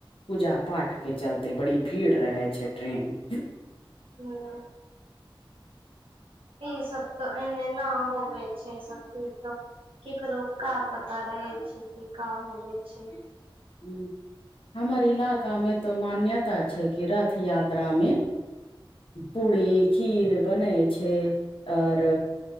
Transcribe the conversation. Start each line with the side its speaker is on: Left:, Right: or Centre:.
Left: पूजा पाठ के चलते बड़ी भीड़ रहै छै ट्रेन मे
Right: हूँ ई सब त एने ना होवे छै ई सब ती त केकरो का पता रहै छै किका होवे छै
Left: हूँ हमर इलाकामे तऽ मान्यता छै कि रथ यात्रामे पूड़ी खीर बनै छै आओर